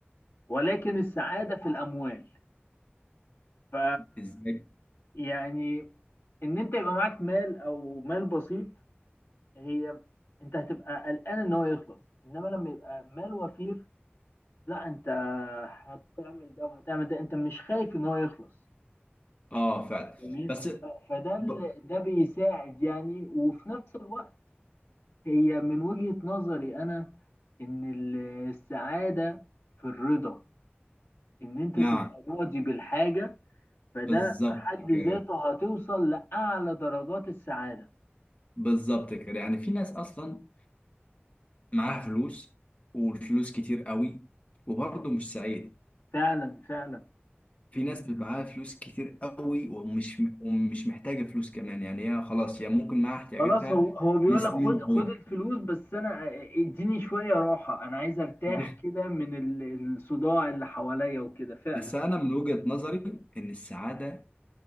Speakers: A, on the left (about 75°); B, on the left (about 35°).
A: ولكن السعادة في الأموال ف
B: ازاي
A: يعني إن أنت يبقى معاك مال أو مال بسيط هي أنت هتبقى قلقان إن هو يخلص إنما لما يبقى مال وفير لا أنت هتعمل ده وهتعمل ده أنت مش خايف إن هو يخلص
B: اه فعلا
A: جميل
B: بس
A: ف- فده ال-
B: ب...
A: ده بيساعد يعني وفي نفس الوقت هي من وجهة نظري انا ان ال- السعادة في الرضا ان انت
B: نعم
A: تبقى راضي بالحاجة فده
B: بالظبط
A: في حد
B: كده
A: ذاته هتوصل لأعلى درجات السعادة
B: بالظبط كده يعني في ناس اصلا معاها فلوس والفلوس كتير قوي وبرضه مش سعيد
A: فعلا فعلا
B: في ناس بيبقى معاها فلوس كتير قوي ومش ومش محتاجة فلوس كمان يعني هي خلاص هي ممكن معاها احتياجاتها
A: خلاص هو هو بيقول
B: لسنين
A: لك خد خد
B: طويلة
A: الفلوس بس انا اديني شوية راحة انا عايز ارتاح
B: <laughs>
A: كده من ال- الصداع اللي حواليا وكده فعلا
B: بس أنا من وجهة نظري إن السعادة